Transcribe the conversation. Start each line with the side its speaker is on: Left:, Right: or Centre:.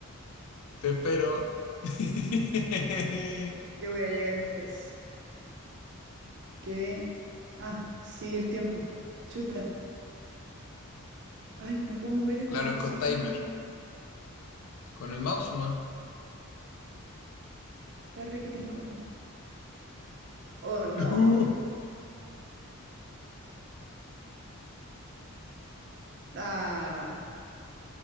Left: Te espero. <laughs>
Right: Yo voy a llegar en tres. Quedé. Ah, sigue el tiempo. Chuta. Ay, no puedo mover esto,
Left: Claro,
Right: no
Left: es con
Right: sé cómo.
Left: timer. Con el mouse nomás. <laughs>
Right: Está requete incómodo. Oh, no.
Left: Uh,
Right: Ah,